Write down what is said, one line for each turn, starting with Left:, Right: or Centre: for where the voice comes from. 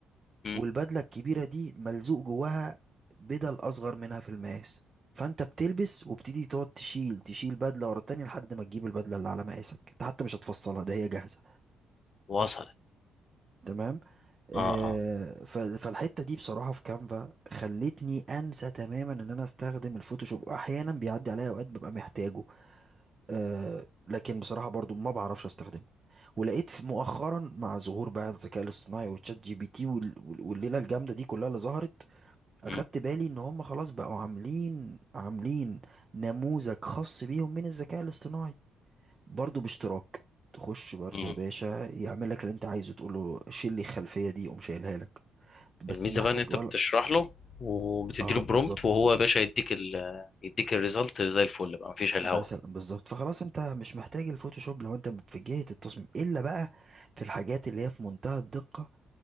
Left: مم.
Right: والبدله الكبيره دي ملزوق جواها بدل اصغر منها في المقاس فانت بتلبس وبتدي تقعد تشيل تشيل بدله ورا التانية لحد ما تجيب البدله اللي على مقاسك انت حتى مش هتفصلها ده هي جاهزه
Left: وصلت
Right: تمام آه،
Left: اه اه
Right: ف- فالحته دي بصراحه في كانفا خلتني انسى تماما ان انا استخدم الفوتوشوب احيانا بيعدي عليا اوقات ببقى محتاجه آه، لكن بصراحه برضو ما بعرفش استخدمه ولقيت في مؤخرا مع ظهور بقى الذكاء الاصطناعي وتشات جي بي تي وال- وال- والليله الجامده دي كلها اللي ظهرت اخدت
Left: مم.
Right: بالي ان هم خلاص بقوا عاملين عاملين نموذج خاص بيهم من الذكاء الاصطناعي برضو باشتراك تخش برضو
Left: مم.
Right: يا باشا يعمل لك اللي انت عايزه تقول له شيل لي الخلفيه دي قوم شايلها لك بس
Left: الميزه
Right: محتاج
Left: بقى ان انت
Right: ولا
Left: بتشرح له وبتدي
Right: اه
Left: له برومبت
Right: بالظبط
Left: وهو يا باشا يديك ال يديك الريزلت زي الفل بقى مفيش الهوا
Right: مثلا بالظبط فخلاص انت مش محتاج الفوتوشوب لو انت في جهه التصميم الا بقى في الحاجات اللي هي في منتهى الدقه